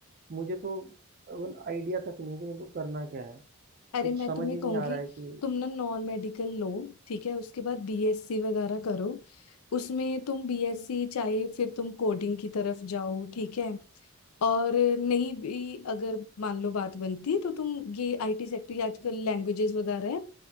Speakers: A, on the right; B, on the left.
A: मुझे तो आइडिया तक नहीं है कि मेरे को करना क्या है
B: अरे
A: कुछ
B: मैं
A: समझ
B: तुम्हें
A: ही
B: कहूंगी
A: नहीं आ रहा है कि
B: तुम ना नॉन मेडिकल लो ठीक है उसके बाद बीएससी वगैरह करो उसमें तुम बीएससी चाहे फिर तुम कोडिंग की तरफ जाओ ठीक है और नहीं भी अगर मान लो बात बनती तो तुम ये आईटी सेक्टर आजकल लैंग्वेजेस वगैरह है